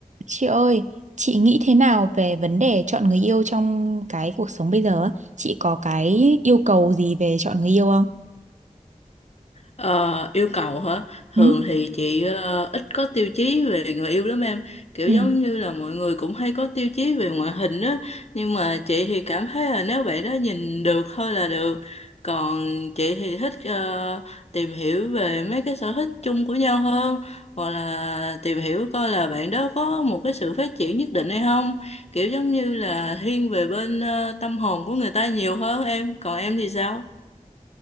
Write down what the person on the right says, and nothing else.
Chị ơi, chị nghĩ thế nào về vấn đề chọn người yêu trong cái cuộc sống bây giờ á? Chị có cái yêu cầu gì về chọn người yêu không?
Ừ.
Ừ,